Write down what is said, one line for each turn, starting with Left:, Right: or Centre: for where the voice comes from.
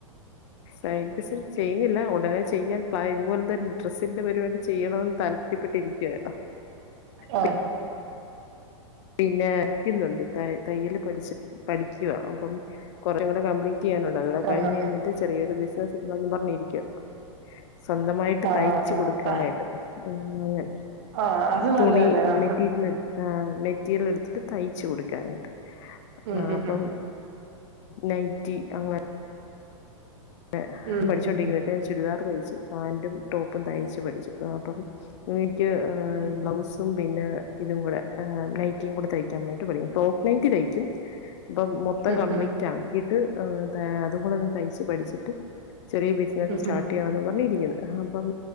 Left: സൈഡ് ബിസിനസ് ചെയ്യുന്നില്ല ഉടനെ ചെയ്യാൻ പ്ലാ ഇതുപോലെ തന്നെ ഡെസിന്റെ പരിപാടി ചെയ്യണന്ന് താല്പര്യപ്പെട്ടിരിക്കുവായി
Right: ആ
Left: പി പിന്നെ പഠിക്കുന്നുണ്ട് തയ്യൽ പഠിച്ച പഠിക്കുക അപ്പം കുറേ കൂടെ കംപ്ലീറ്റ് <unintelligible> അതോടെ
Right: ആ
Left: കഴിഞ്ഞഞ് കഴിഞ്ഞിട്ട് ചെറിയ ഒരു ബിസിനസ്ന്ന് ഇടണോന്ന് പറഞ്ഞിരിക്കുക. സ്വന്തമായിട്ട്
Right: ആ
Left: തയ്ച്
Right: ആ
Left: കൊടുക്കാനായിട്ട്
Right: ആ
Left: അ
Right: ആ അത്
Left: തുണി
Right: നല്ലതല്ലേ ആ
Left: മെറ്റീരിയൽ എടുക്ക ആ മെറ്റീരിയൽ എടുത്തിട്ട് തയ്ച്ചു കൊടുക്കാനായിട്ട്
Right: ഉം
Left: ആ
Right: ഉം
Left: അപ്പം നൈറ്റി അങ്ങെ <unintelligible>
Right: ഉം ഉം
Left: പഠിച്ചൊണ്ടിരിക്കുന്നത്
Right: ഉം
Left: ഇപ്പ ഞാൻ ചുരിദാർ തൈ പാന്റും ടോപ്പും തയ്ച്ച് പഠിച്ചു അ ് <unintelligible>
Right: ഉം
Left: ബ്ലൗസും പിന്നെ ഇതും കൂടെ ഏ നൈറ്റിം കൂടെ തയ്ക്കാൻ വേണ്ടീട് പഠിക്ക ഫ്രോക്ക് നൈറ്റി തയ്ക്കും അപ്പ മൊത്തം
Right: ഉം
Left: കംപ്ലീറ്റ്
Right: ഉം
Left: ആക്കി് <unintelligible> അതും കൂടെ ഒന്ന് തയ്ച്ച് പഠിച്ചിട്ട് ചെറിയ ബിസിനസ്
Right: ഉം
Left: സ്റ്റാർട്ട് ചെയ്യണംന്ന് പറഞ്ഞിരിക്കുന്നത്. അപ്പം